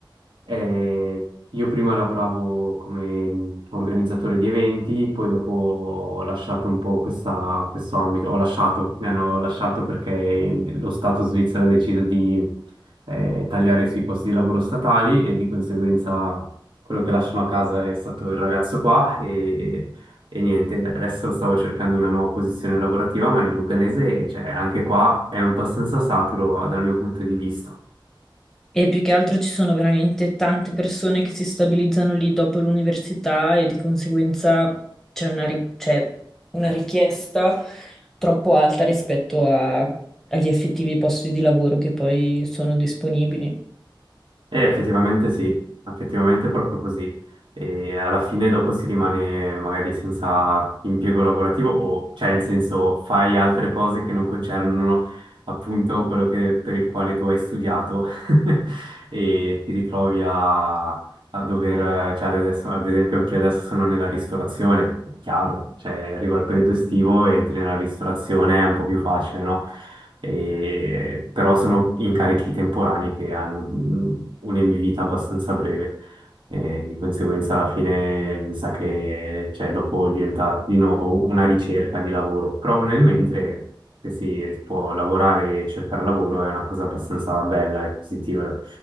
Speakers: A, on the right (about 70°); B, in the centre.
A: Eh, io prima lavoravo come mh, organizzatore di eventi, poi dopo ho lasciato un po' questa- questo ambito, ho lasciato, mi hanno lasciato perché mm, lo Stato svizzero ha deciso di eh, tagliare sui posti di lavoro statali e di conseguenza quello che lasciano a casa è stato il ragazzo qua e, e niente, adesso stavo cercando una nuova posizione lavorativa, ma nel Luganese, cioè, anche qua è abbastanza saturo dal mio punto di vista.
B: E più che altro ci sono veramente tante persone che si stabilizzano lì dopo l'università e di conseguenza c'è una, ri- c'è una richiesta troppo alta rispetto a- agli effettivi posti di lavoro che poi sono disponibili.
A: Eh, effettivamente sì, effettivamente è proprio così. E alla fine dopo si rimane magari senza impiego lavorativo o, cioè, in senso, fai altre cose che non concernono appunto quello che- per il quale tu hai studiato <laughs> e ti ritrovi a, a dover, cioè ad adesso- ad esempio anche io adesso sono nella ristorazione, è chiaro, cioè arriva il periodo estivo, entri nella ristorazione, è un po' più facile, no? E- però sono incarichi temporanei che hanno mm, un'emivita abbastanza breve. E di conseguenza alla fine mi sa che cioè, dopo diventa di nuovo una ricerca di lavoro, però nel mentre se si può lavorare e cercare lavoro è una cosa abbastanza bella e positiva.